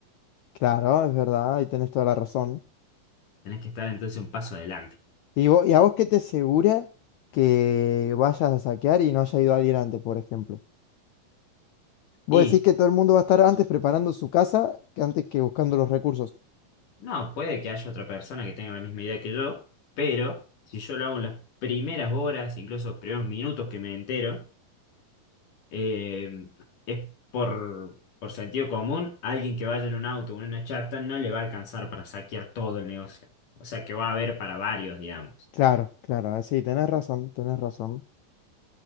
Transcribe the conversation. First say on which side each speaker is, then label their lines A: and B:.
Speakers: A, on the left; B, on the left.
A: Claro, es verdad, ahí tenés toda la razón.
B: Tenés que estar entonces un paso adelante.
A: ¿Y, vo- y a vos qué te asegura que vayas a saquear y no haya ido alguien antes, por ejemplo?
B: Y
A: Vos decís que todo el mundo va a estar antes preparando su casa que antes que buscando los recursos.
B: no, puede que haya otra persona que tenga la misma idea que yo, pero si yo lo hago en las primeras horas, incluso los primeros minutos que me entero, eh, es por, por sentido común, alguien que vaya en un auto o en una chata no le va a alcanzar para saquear todo el negocio. O sea que va a haber para varios, digamos.
A: Claro, claro, sí, tenés razón, tenés razón.